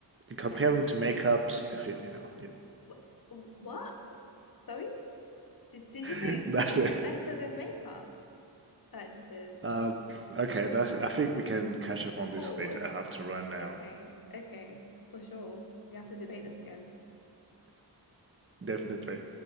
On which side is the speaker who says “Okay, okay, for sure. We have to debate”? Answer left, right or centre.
Left